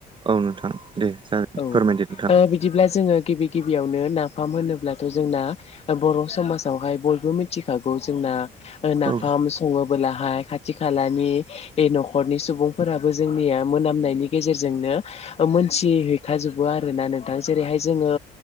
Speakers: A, on the right; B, on the left.
A: औ नोंथां दे जागोन
B: औ
A: फोरमायदो नोंथां
B: ओ बिदिब्ला जोङो गिबि गिबियावनो नाफाम होनोब्लाथ' जोंना बर' समावहाय बयबो मिथिखौ जोंना नाफाम
A: औ
B: सङोबोलाहाय खाथि खालानि बे न'खरनि सुबुंफोराबो जोंनिया मोनामनायनि गेजेरजोंनो मोनथि हैखाजोबो आर ना नोंथां जेरैहाय जोङो